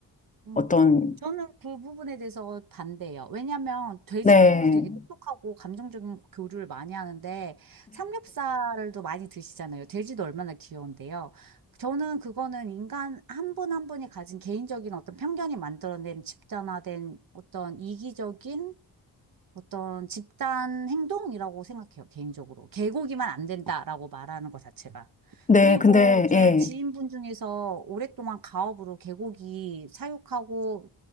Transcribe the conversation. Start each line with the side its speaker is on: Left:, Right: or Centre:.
Right: 음.
Left: 어떤
Right: 저는 그 부분에 대해서 반대예요. 왜냐하면 돼지도
Left: 네.
Right: 되게 똑똑하고 감정적인 교류를 많이 하는데 삼겹살도 많이 드시잖아요. 돼지도 얼마나 귀여운데요. 저는 그거는 인간 한 분 한 분이 가진 개인적인 어떤 편견이 만들어낸 집단화된 어떤 이기적인 어떤 집단 행동이라고 생각해요, 개인적으로. 개고기만 안 된다라고 말하는 것 자체가.
Left: 네.
Right: 그리고
Left: 근데
Right: 제
Left: 예.
Right: 지인분 중에서 오랫동안 가업으로 개고기 사육하고